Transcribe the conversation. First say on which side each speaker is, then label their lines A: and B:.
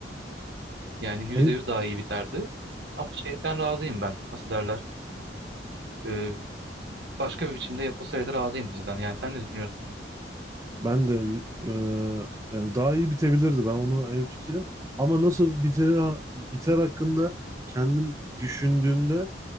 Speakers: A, on the right; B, on the right.
A: Yani %100
B: en
A: daha iyi biterdi. Ama şeyden razıyım ben. Nasıl derler? E, başka bir biçimde yapılsaydı razıyım diziden. Yani sen ne düşünüyorsun?
B: Ben de e, yani daha iyi bitebilirdi. Ben onu en fikrim. Ama nasıl biter biter hakkında kendim düşündüğümde